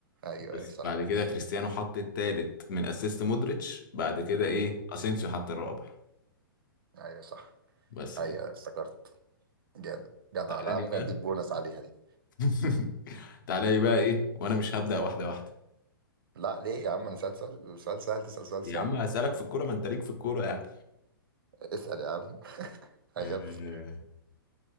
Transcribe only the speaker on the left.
بس
بعد كده كريستيانو حط التالت من اسيست مودريتش بعد كده ايه
اسينسيو حط الرابع
بس
كده
تعالى
لي
بقى
<laughs> تعالى لي بقى ايه وانا مش هبدأ واحده واحده
يا
عم هسألك في الكوره ما انت ليك في الكوره يعني
آه...